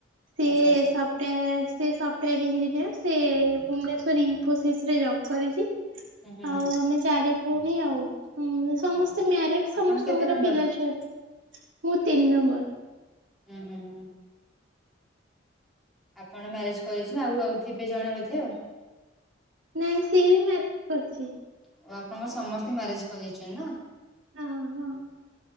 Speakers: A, on the right; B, in the centre.
A: ସେ
B: ଆଚ୍ଛା ଆଚ୍ଛା
A: ସଫ୍ଟ ସେ ସଫଟୟାର ଇଞ୍ଜିନିୟର ସେ ଭୁବନେଶ୍ୱର ଇଂଫୋସିସରେ ଜବ କରିଛି
B: ହୁଁ ହୁଁ
A: ଆଉ
B: ହୁଁ
A: ଆମେ ଚାରି ଭଉଣି ଆଉ। ହୁଁ ସମସ୍ତେ
B: ଓହୋ
A: ମ୍ୟାରେଡ ସମସ୍ତଙ୍କର
B: ଆପଣ କେତେ ନମ୍ବର
A: ପିଲା ଛୁଆ ଅଛି ମୁଁ ତିନି ନମ୍ବର।
B: ହୁଁ ହୁଁ ହୁଁ, ଆପଣ ମ୍ୟାରେଜ କରିଛନ୍ତି ଆଉ ଆଉ ଥିବେ ଜଣେ ବୋଧେ ଆଉ।
A: ନାଇଁ ସେି ବି ମ୍ୟାରେଜ କରିଛି।
B: ଓ ଆପଣଙ୍କ ସମସ୍ତେ ମ୍ୟାରେଜ କରିଦେଇଛନ୍ତି ନା?
A: ହଁ ହଁ,